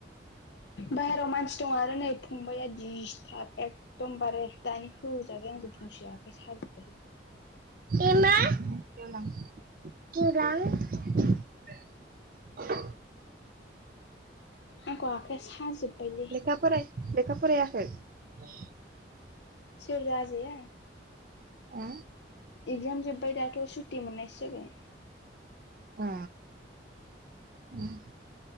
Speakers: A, on the left; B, on the right.
A: बाहेराव मानसि दं आरो नै फंबाइआ दिस्थाब। एखदमबारे दानि होजाबाय आंजों फंसे आखाइ साजोबबाय।
B: एमा। गियान रां।
A: आंखौ आखाइया साजोब्बायलै
B: लेखा फराय लेखा फरायाखै? औ।
A: राजाजाया
B: ओ?
A: एगजाम जोब्बाय दाथ' सुटि मोननायसो जाबाय।
B: अ उम।